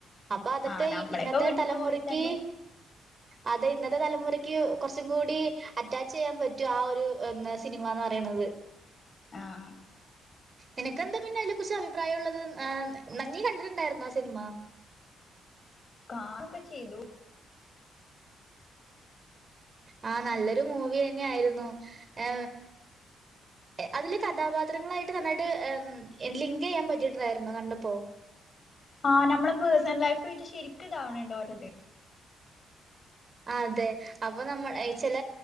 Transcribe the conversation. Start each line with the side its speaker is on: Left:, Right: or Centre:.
Right: അപ്പൊ അതൊക്കെ
Left: ആ നമ്മളെയൊക്കെ
Right: ഇന്നത്തെ
Left: വീട്ടത്തെ
Right: തലമുറക്ക്
Left: പോലെ തന്നെ
Right: അത ഇന്നത്തെ തലമുറക്ക് കുറച്ചും കൂടി അറ്റാച്ച് ചെയ്യാൻ പറ്റും ആ ഒരു സിനിമ എന്ന് പറയ ആണത്
Left: ആഹ്
Right: എനക്ക്ന്താ പിന്നെ അതിതിനെ കുറച്ച് അഭിപ്രായം ഉള്ളത് ന്നീ കണ്ടിട്ടുണ്ടായിരുന്ന ആ സിനിമ
Left: കാക്ക ചെയ്തു.
Right: ആഹ നല്ലൊരു മൂവി തന്നെ ആയിരുന്നു. എ അതില് കഥാപാത്രങ്ങളായിട്ട് നന്നായിട്ട് ലിങ്ക് ചെയ്യാൻ പറ്റിയിട്ടുണ്ടായിരുന്നു. കണ്ടപ്പോ?
Left: ആഹ നമ്മള് പേഴ്സണൽ പോയിട്ട് ശരിക്കും ഇതാവണണ്ടോഓലത്.
Right: അതെ അപ്പൊ നമ്മൾ ചില